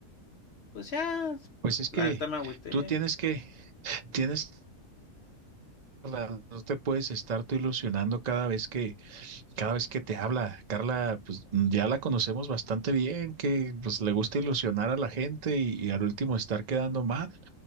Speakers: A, on the left; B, on the right.
A: Pues ya,
B: Pues
A: pues
B: es
A: la
B: que
A: neta me agüité.
B: tú tienes que, tienes, que darla, no te puedes estar tú ilusionando cada vez que, cada vez que te habla. Carla, pues ya la conocemos bastante bien, que pues le gusta ilusionar a la gente y, y al último estar quedando mal.